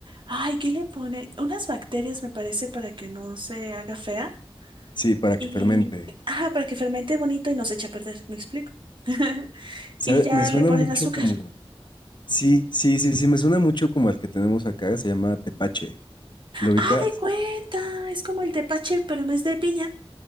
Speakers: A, on the right; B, on the left.
A: ay, ¿qué le ponen? Unas bacterias, me parece, para que no se haga fea.
B: sí, para
A: Y,
B: que fermente.
A: ajá, para que fermente bonito y no se eche a perder, ¿me explico? <laughs>
B: ¿Sabe?
A: Y ya
B: Me suena
A: le ponen
B: mucho
A: azúcar.
B: como, sí, sí, sí, sí, me suena mucho como al que tenemos acá, se llama tepache. ¿Lo ubicas?
A: Ah, de cuenta, es como el tepache, pero en vez de piña,